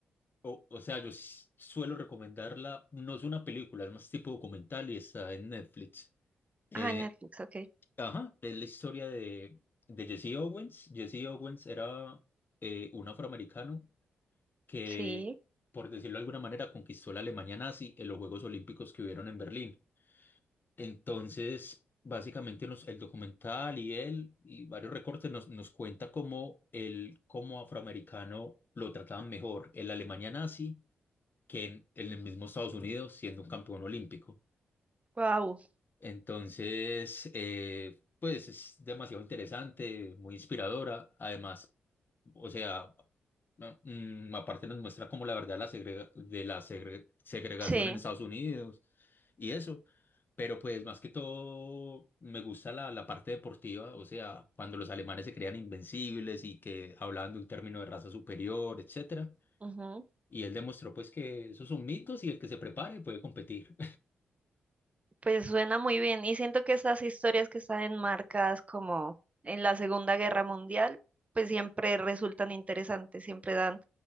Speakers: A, on the left (about 40°); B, on the right (about 30°).
A: o, o sea, yo s- suelo recomendarla, no es una película, es más tipo documental y está en Netflix. Eh,
B: Ah, en Netflix, ok.
A: ajá, es la historia de, de Jesse Owens. Jesse Owens era eh, un afroamericano que,
B: Sí.
A: por decirlo de alguna manera, conquistó la Alemania nazi en los Juegos Olímpicos que hubieron en Berlín. Entonces, básicamente nos- el documental y él y varios recortes nos, nos cuenta cómo él como afroamericano lo trataban mejor en la Alemania nazi que en, en el mismo Estados Unidos siendo un campeón olímpico.
B: Wow.
A: Entonces, eh, pues es demasiado interesante, muy inspiradora. Además, o sea, no, mm, aparte nos muestra como la verdad de la segrega- de la segre- segregación
B: Sí.
A: en Estados Unidos y eso. Pero pues más que todo me gusta la, la parte deportiva, o sea, cuando los alemanes se creían invencibles y que hablaban de un término de raza superior, etcétera.
B: ujú.
A: Y él demostró pues que esos son mitos y el que se prepare puede competir.
B: Pues suena muy bien. Y siento que estas historias que están enmarcadas como en la Segunda Guerra Mundial, pues siempre resultan interesantes, siempre dan